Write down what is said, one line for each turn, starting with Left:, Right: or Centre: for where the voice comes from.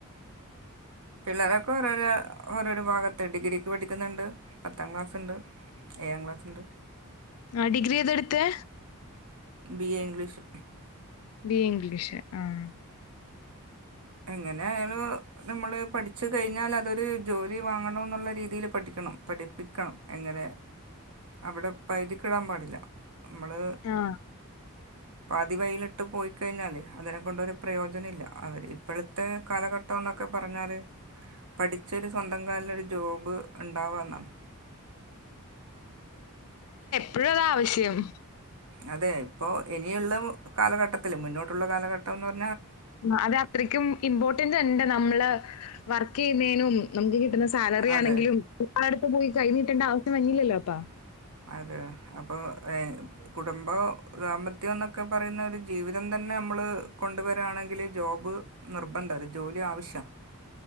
Right: പിള്ളേരൊക്കെ ഓരോര ഓരോരോ ഭാഗത്ത്, ഡിഗ്രിക്ക് പഠിക്കുന്നുണ്ട്, പത്താം ക്ലാസ്ണ്ട്, ഏഴാം ക്ലാസ്ണ്ട്.
Left: ആ ഡിഗ്രി ഏതാടുത്തെ?
Right: B A English.
Left: B A English ആഹ്.
Right: എങ്ങനെ ആയാലും നമ്മള് പഠിച്ചു കഴിഞ്ഞാൽ അതൊരു ജോലി വാങ്ങണം എന്നുള്ള രീതിൽ പഠിക്കണം, പഠിപ്പിക്കണം എങ്ങനെ അവിടെ പകുതിക്കിടാൻ പാടില്ല. നമ്മള്
Left: ആഹ്
Right: പാതിവഴിയിലിട്ട് പോയി ക്കഴിഞ്ഞാല്, അതിനെ കൊണ്ട് ഒരു പ്രയോജനം ഇല്ല അവര് ഇപ്പോഴത്തെ കാലഘട്ടം എന്നൊക്കെ പറഞ്ഞാല്, പഠിച്ചൊരു സ്വന്തം കാലിലൊരു ജോബ് ഉണ്ടാവുക എന്നാണ്.
Left: ഇപ്പോഴുളളാവശ്യം
Right: അതെ ഇപ്പോ ഇനിയുള്ള കാലഘട്ടത്തിൽ മുന്നോട്ടുള്ള കാലഘട്ടം എന്ന് പറ
Left: അത് അത്രയ്ക്കും ഇമ്പോർട്ടന്റ് ഉണ്ട് നമ്മ <unintelligible> വർക്ക് ചെയ്യുന്നതിനും നമുക്ക് കിട്ടുന്ന സാലറി
Right: അതെ
Left: ആണെങ്കിലും അടുത്ത് പോയി കൈനീട്ടേണ്ട ആവശ്യം വര്ന്നില്ലല്ലോ അപ്പ
Right: അതെ അപ്പൊ ഏ കുടുംബ ദാമ്പത്യം എന്നൊക്കെ പറയുന്ന ഒരു ജീവിതം തന്നെ നമ്മള് കൊണ്ടുവരാണെങ്കില് ജോബ് നിർബന്ധ ഒരു ജോലി ആവശ്യാ